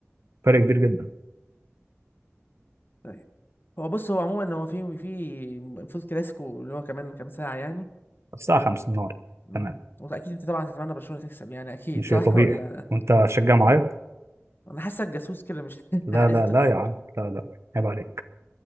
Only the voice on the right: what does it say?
فرق
كبير جدا
الساعة خمسة النهار
تمام
ماشي
طبيعي
وأنت هتشجع معايا؟
لا
لا
لا يا عم لا لا عيب عليك